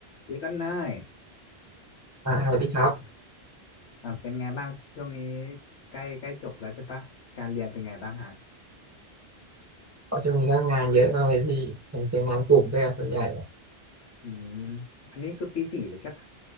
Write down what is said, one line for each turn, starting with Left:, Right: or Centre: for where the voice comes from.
Left: เดี๋ยวกันนาย
Right: อ่าสวัสดีครับ
Left: อ่าเป็นไงบ้างช่วงนี้ใกล้ใกล้จบแล้วใช่ปะการเรียนเป็นไงบ้างฮะ
Right: เพราะช่วงนี้ก็งานเยอะมากเลยพี่เป็นเป็นงานกลุ่มด้วยส่วนใหญ่เลย
Left: อืมอันนี้คือปีสี่เลยใช่ปะ